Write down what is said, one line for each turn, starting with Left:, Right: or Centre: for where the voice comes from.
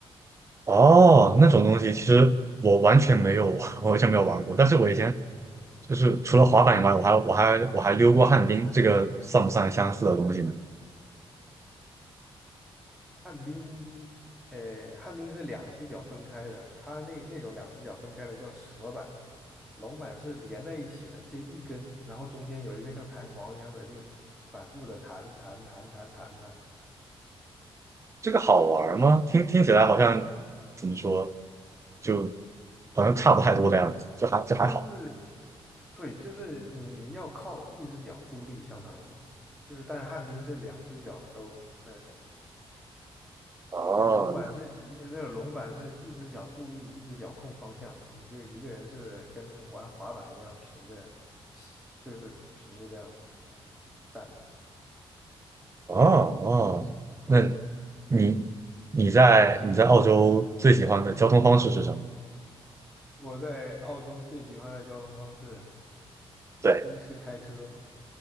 Right: 哦，那种东西其实我完全没有，<laughs> 我完全没有玩过。但是我以前就是除了滑板以外，我还我还我还溜过旱冰，这个算不算相似的东西呢？
Centre: 旱冰，呃，旱冰是两只脚分开的，它那那种两只脚分开的叫蛇板，龙板是连在一起的，就一根，然后中间有一个像弹簧一样的，就反复的弹弹弹弹弹它，
Right: 这个好玩吗？听听起来好像怎么说，就好像差不太多的样子，就还就还好。
Centre: 就是，对，就是你要靠一只脚助力，相当于，就是，但是旱冰是两只脚都那什么。
Right: 哦，
Centre: 你龙板是一那个龙板是一只脚助力，一只脚控方向你就一个人是跟玩滑板一样平着，西就是平着这样站着。
Right: 哦哦，那你你在你在澳洲最喜欢的交通方式是什么？
Centre: 我在澳洲最喜欢的交通方式，
Right: 对
Centre: 一是开车，